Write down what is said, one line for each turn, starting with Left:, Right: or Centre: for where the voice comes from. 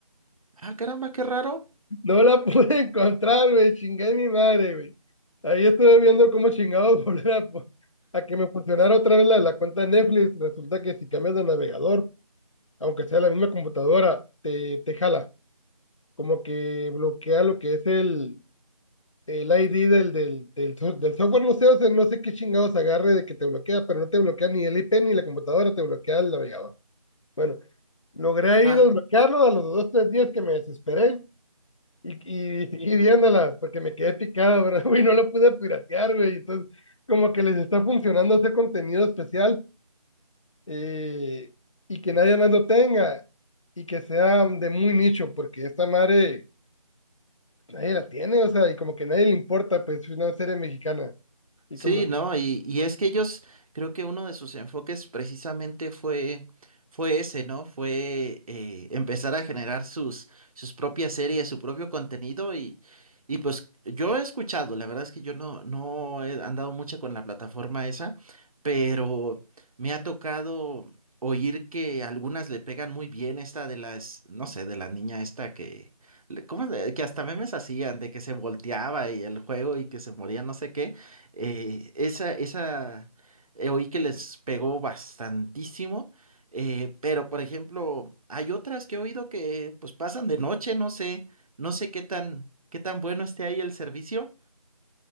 Right: Ah, caramba, qué raro.
Left: No la <laughs> pude encontrar, güey. Chingué mi madre, güey. Ahí estuve viendo cómo chingados <laughs> volver a, po- a que me funcionara otra vez la la cuenta de Netflix. Resulta que si cambias de navegador, aunque sea la misma computadora, te, te jala. Como que bloquea lo que es el, el ID del, del, del, so- del software. No sé, o sea, no sé qué chingados agarre de que te bloquea, pero no te bloquea ni el IP ni la computadora, te bloquea el navegador. Bueno, logré ahí
Right: Ajá.
Left: desbloquearlo a los dos, tres días que me desesperé. Y, y, y viéndola, porque me quedé picado, ¿verdad? <laughs> Güey, no la pude piratear, güey. Entonces, como que les está funcionando este contenido especial eh, y que nadie más lo tenga y que sea de muy nicho, porque esta madre pues, nadie la tiene, o sea, y como que nadie le importa, pues es una serie mexicana. Y
Right: Sí,
Left: como
Right: ¿no? Y, y es que ellos, creo que uno de sus enfoques precisamente fue, fue ese, ¿no? Fue eh, empezar a generar sus, sus propias series, su propio contenido y, y pues yo he escuchado, la verdad es que yo no, no he andado mucho con la plataforma esa, pero me ha tocado oír que algunas le pegan muy bien esta de las, no sé, de la niña esta que... ¿Cómo? es? de- Que hasta memes hacían de que se volteaba y el juego y que se moría, no sé qué. Eh, esa, esa, eh, oí que les pegó bastantísimo, eh, pero por ejemplo, hay otras que he oído que pues pasan de noche, no sé, no sé qué tan, qué tan bueno esté ahí el servicio.